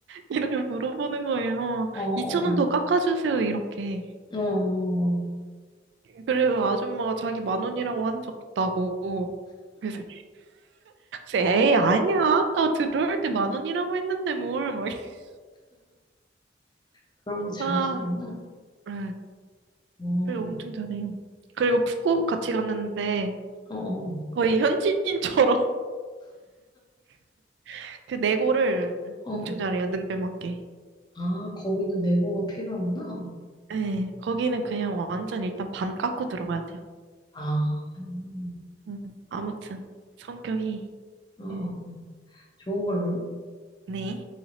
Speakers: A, on the right; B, on the left.
A: 이렇게 물어보는 거예요.
B: 어, 어,
A: 2,000원 더 깎아주세요, 이렇게.
B: 어, 어, 어, 어.
A: 그래서 아줌마가 자기 만 원이라고 한 적 없다고. 그래서 에이, 아니야. 아까 들어올 때 만 원이라고 했는데 뭘, 막. <laughs>
B: 그런 거 잘하시는구나.
A: 아, 에이,
B: 어,
A: 그리고 엄청 잘해요. 그리고 푸꾸옥 같이 갔는데
B: 어, 어,
A: 거의 현지인처럼 <laughs> 그 내고를
B: 어.
A: 엄청 잘해요. 능배맞게.
B: 아, 거기도 네고가 필요하구나.
A: 예, 거기는 그냥 완전 일단 반 깎고 들어가야 돼요.
B: 아, 음,
A: 음, 아무튼 성격이
B: 어, 어,
A: 예.
B: 좋은 걸로.
A: 네.